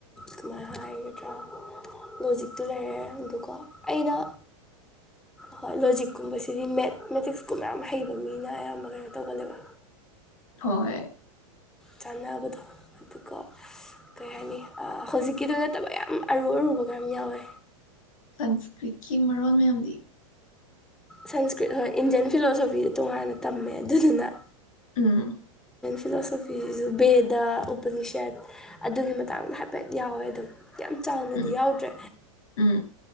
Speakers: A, in the centre; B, on the left.
A: ꯀꯃꯥꯏꯅ ꯍꯥꯏꯒꯗ꯭ꯔꯥ ꯂꯣꯖꯤꯛꯇꯨ ꯂꯩꯔꯦ ꯑꯗꯨꯒ ꯑꯩꯅ ꯍꯣꯏ ꯂꯣꯖꯤꯛꯀꯨꯝꯕꯁꯤꯗꯤ ꯃꯦꯠꯃꯦꯇꯤꯛꯁꯀꯨꯝꯕ ꯌꯥꯝ ꯍꯩꯕ ꯃꯤꯅ ꯑꯌꯥꯝꯕ ꯀꯩꯅꯣ ꯇꯧꯒꯜꯂꯦꯕ꯫
B: ꯍꯣꯏ꯫
A: ꯆꯥꯟꯅꯕꯗꯣ ꯑꯗꯨꯒ ꯀꯩ ꯍꯥꯏꯅꯤ ꯑꯥ ꯍꯧꯖꯤꯛꯀꯤꯗꯣ ꯅꯠꯇꯕ ꯌꯥꯝ ꯑꯔꯨ ꯑꯔꯨꯒ ꯌꯥꯝ ꯌꯥꯎꯋꯦ꯫
B: ꯁꯪꯁꯀ꯭ꯔꯤꯠꯀꯤ ꯃꯔꯣꯜ ꯃꯌꯥꯝꯗꯤ
A: ꯁꯪꯁꯀ꯭ꯔꯤꯠ ꯍꯣꯏ ꯏꯟꯗꯤꯌꯥꯟ ꯐꯤꯂꯣꯁꯣꯐꯤꯗ ꯇꯣꯉꯥꯟꯅ ꯇꯝꯃꯦ ꯑꯗꯨꯗꯨꯅ꯫
B: ꯎꯝ
A: ꯐꯤꯂꯣꯁꯣꯐꯤꯖꯤꯖꯨ ꯕꯦꯗ ꯎꯄꯅꯤꯁꯠ ꯑꯗꯨꯒꯤ ꯃꯇꯥꯡꯗ ꯍꯥꯏꯐꯦꯠ ꯌꯥꯎꯋꯦ ꯑꯗꯨꯝ ꯌꯥꯝ ꯆꯥꯎꯅꯗꯤ
B: ꯎꯝ
A: ꯌꯥꯎꯗ꯭ꯔꯦ
B: ꯎꯝ